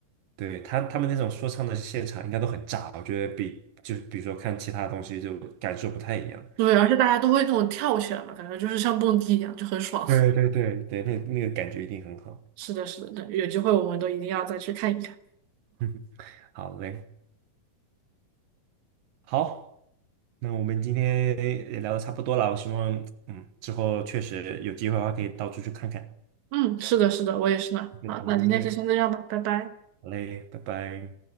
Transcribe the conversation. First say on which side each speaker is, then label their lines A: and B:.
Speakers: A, on the right; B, on the right.
A: 对他他们那种说唱的现场应该都很炸，我觉得比就比如说看其他东西就感受不太一样。
B: 对，而且大家都会那种跳起来嘛，感觉就是像蹦迪一样，就很爽。
A: 对对对对，
B: <laughs>
A: 那那个感觉一定很好。
B: 是的，是的，对，有机会我们都一定要再去看一看。
A: <laughs> 嗯，好嘞，好，那我们今天也聊的差不多了，我希望嗯之后确实有机会的话可以到处去看看，
B: 嗯，是的，是的，我也是呢。
A: 各种音乐。
B: 好，那今天就先这样吧，拜拜。
A: 好嘞，拜拜。